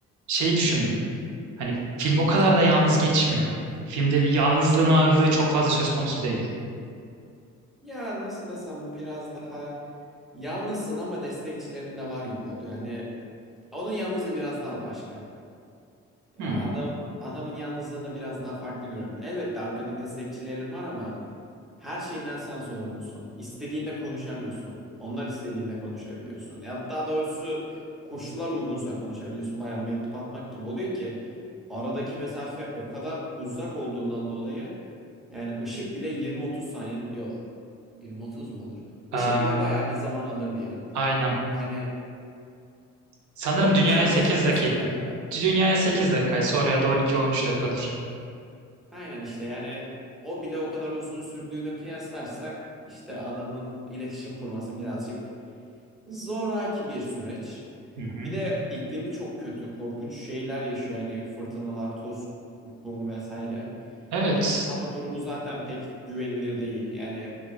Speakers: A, on the right; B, in the centre.
A: şeyi düşündüm. Hani film o kadar da yalnız geçmiyor. Filmde bir yalnızlığın ağırlığı çok fazla söz konusu değil.
B: Ya nasıl desem bu biraz daha yalnızsın ama destekçilerin de var gibi oluyor. Yani onun yalnızlığı biraz daha başka. Ya
A: Hmm.
B: adam adamın yalnızlığını biraz daha farklı görüyorum. Elbette arkada destekçilerin var ama her şeyinden sen sorumlusun. İstediğinde konuşamıyorsun. Onlar istediğinde konuşabiliyorsun. Ya daha doğrusu koşullar uygunsa konuşabiliyorsun. Bayağı mektup atmak gibi oluyor ki aradaki mesafe o kadar uzak olduğundan dolayı yani ışık bile 20-30 saniye yok 20-30 mu olur? Işık
A: Ee,
B: bile bayağı bir zaman alır diyelim.
A: aynen.
B: Hani
A: Sanırım
B: o
A: dünyaya
B: şu an
A: 8
B: hesaplayasım
A: dakika.
B: gelmedi.
A: Dünyaya sekiz dakikaysa oraya da on 13 dakikadır.
B: Aynen işte yani o bile o kadar uzun sürdüğünü kıyaslarsak işte adamın iletişim kurması birazcık zoraki bir süreç.
A: Hı hı.
B: Bir de iklimi çok kötü, korkunç şeyler yaşıyor yani fırtınalar, toz, kum vesaire.
A: Evet.
B: E, hava durumu zaten pek güvenilir değil. Yani